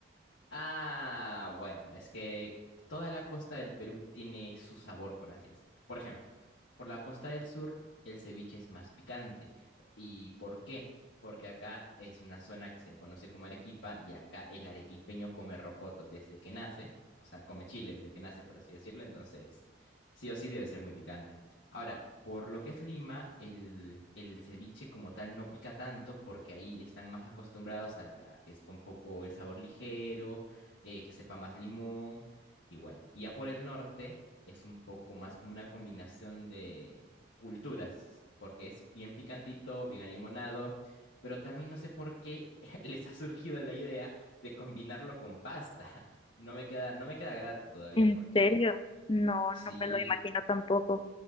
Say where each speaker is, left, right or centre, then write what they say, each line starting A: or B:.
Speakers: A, on the left; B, on the left.
A: Ah, bueno, es que toda la costa del Perú tiene su sabor, por así decirlo. Por ejemplo, por la costa del sur, el ceviche es más picante. ¿Y por qué? Porque acá es una zona que se conoce como Arequipa y acá el arequipeño come rocoto desde que nace, o sea, come chile desde que nace, por así decirlo, entonces sí o sí debe ser muy picante. Ahora, por lo que es Lima, el, el ceviche como tal no pica tanto porque ahí están más acostumbrados a la que es con poco el sabor ligero eh, que sepa más limón y bueno, y ya por el norte es un poco más como una combinación de culturas, porque es bien picantito, bien alimonado, pero también no sé por qué <laughs> les ha surgido la idea de combinarlo con pasta. <laughs> No me queda, no me queda grato todavía
B: ¿En
A: porque
B: serio? No,
A: sí,
B: no me lo imagino tampoco.